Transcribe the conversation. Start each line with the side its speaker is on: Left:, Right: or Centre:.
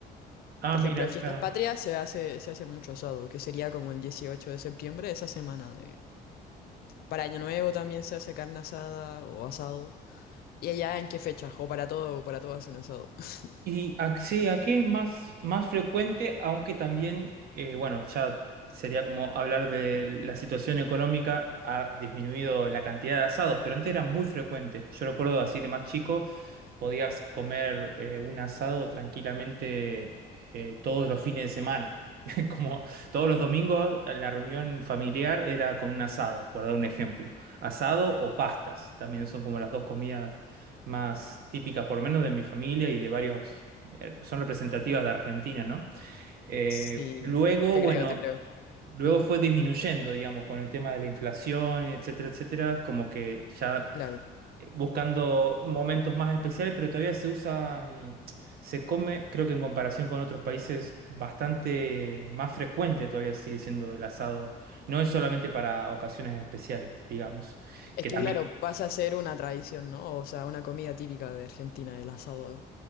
Right: Ah,
Left: Por
Right: mira,
Left: ejemplo, en fiestas
Right: claro.
Left: patrias se hace, se hace mucho asado, que sería como el 18 de septiembre, esa semana para Año Nuevo también se hace carne asada o asado. ¿Y allá en qué fechas? O para todo, o para todo hacen asado. <laughs>
Right: Y ac- sí, aquí es más, más frecuente, aunque también, eh, bueno, ya sería como hablar de la situación económica, ha disminuido la cantidad de asados, pero antes era muy frecuente. Yo recuerdo así de más chico, podías comer eh, un asado tranquilamente eh, todos los fines de semana. <laughs> Como todos los domingos, la reunión familiar era con un asado, por dar un ejemplo. Asado o pastas, también son como las dos comidas más típicas, por lo menos de mi familia y de varios, eh, son representativas de Argentina, ¿no? Eh,
Left: Sí,
Right: luego,
Left: te
Right: bueno,
Left: creo, te creo.
Right: luego
Left: Ujú,
Right: fue disminuyendo, digamos, con el tema de la inflación, etcétera, etcétera, como que ya
Left: claro.
Right: eh, buscando momentos más especiales, pero todavía se usa, mm, se come, creo que en comparación con otros países, bastante más frecuente todavía sigue siendo el asado. No es solamente para ocasiones especiales, digamos,
Left: Es
Right: que
Left: que
Right: también
Left: claro, pasa a ser una tradición, ¿no? O sea, una comida típica de Argentina, el asado,